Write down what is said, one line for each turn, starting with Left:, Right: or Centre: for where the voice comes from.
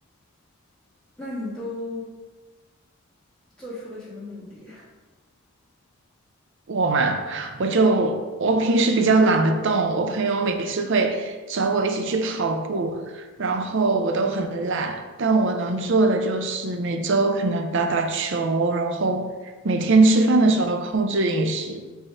Centre: 那你都做出了什么努力？
Right: 我嘛，我就我平时比较懒得动，我朋友每次会找我一起去跑步，然后我都很懒，但我能做的就是每周可能打打球，然后每天吃饭的时候控制饮食。